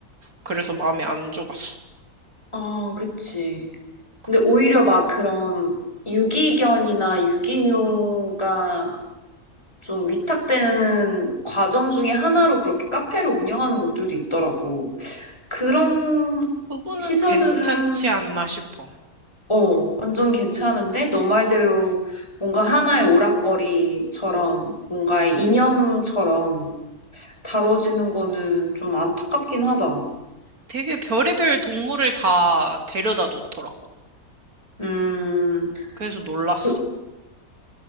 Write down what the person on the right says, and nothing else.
그래서 마음에 안 좋았어.
그거,
그거는
괜찮지 않나 싶어.
되게 별의별 동물을 다 데려다 놓더라고.
그래서 놀랐어.